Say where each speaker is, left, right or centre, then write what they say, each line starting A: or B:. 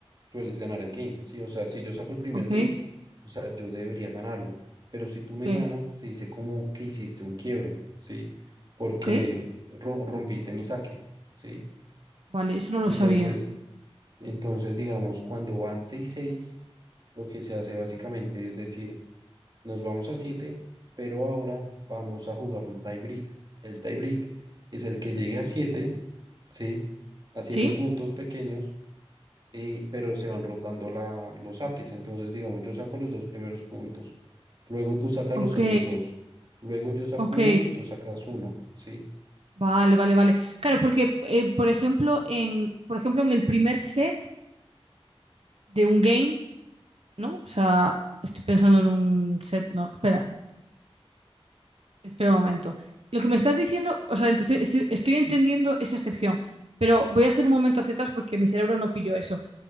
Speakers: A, on the right; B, on the right.
A: sueles ganar el game, ¿sí? O sea, si yo saco el primer
B: Ok.
A: game, o sea, yo debería ganarlo. Pero si tú
B: Ok.
A: me ganas, se dice como que hiciste un quiebre, ¿sí? Porque
B: Ok.
A: ro- rompiste mi saque, ¿sí?
B: Vale, eso no lo
A: Entonces,
B: sabía.
A: entonces, digamos, cuando van seis seis lo que se hace básicamente es decir, nos vamos a siete pero ahora vamos a jugar un tie break. El tie break es el que llegue a siete ¿sí? A 7
B: ¿Sí?
A: puntos pequeños, eh, pero se van rotando la, los saques. Entonces, digamos, yo saco los dos primeros puntos, luego tú sacas
B: Ok.
A: los otros dos, luego yo saco
B: Ok.
A: uno y tú sacas uno, ¿sí?
B: Vale, vale, vale. Claro, porque, eh, por ejemplo, en, por ejemplo, en el primer set de un game, ¿no? O sea, estoy pensando en un set. No, espera, espera un momento. Lo que me estás diciendo, o sea, ent- estoy, estoy- estoy entendiendo esa excepción, pero voy a hacer un momento hacia atrás porque mi cerebro no pilló eso.